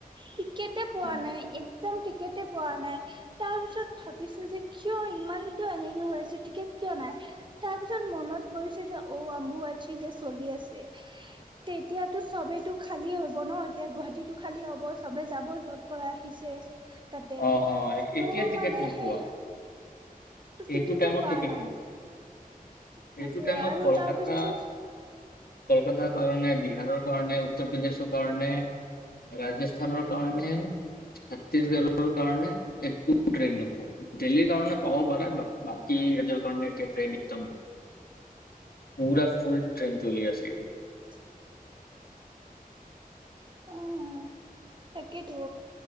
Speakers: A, on the right; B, on the left.
A: টিকেটে পোৱা
B: অ
A: নাই, একদম টিকেটে পোৱা নাই। তাৰপিছত ভাবিছোঁ যে কিয় ইমান কিয় এনেকে হৈ আছে, টিকেট কিয় নাই? তাৰ পিছত মনত পৰিছে যে অ' অম্বুবাচী এতিয়া চলি আছে। তেতিয়াতো চ'বেটো খালী হ'ব ন' এতিয়া গুৱাহাটীটো খালী হ'ব চবে যাব য'ত ৰ পৰা আহিছে তাতে,
B: অ অ
A: ত'
B: এতিয়া টিকেট
A: মানে
B: নোপোৱা
A: সেই টিকেটে
B: এইটো টাইমত
A: পোৱা
B: টিকেট
A: নাই
B: বুক
A: সেইটোয়ে
B: এইটো টাইমত
A: আৰু
B: কলকাতা
A: তাৰপিছত
B: কলকাতাৰ কাৰণে, বিহাৰৰ কাৰণে, উত্তৰ প্ৰদেশৰ কাৰণে, ৰাজ স্থানৰ কাৰণে, ছত্তিশগড়ৰ কাৰণে। একো ট্ৰেইন নোপোৱা। দেল্লীৰ কাৰণে পাব পৰা, বাক বাকী ৰাজ্যৰ কাৰণে এতিয়া ট্ৰেইন একদম
A: <inaudible>
B: পোৰা ফুল ট্ৰেইন চলি আছে এইটো।
A: <inaudible> অ'ও তাকেইতো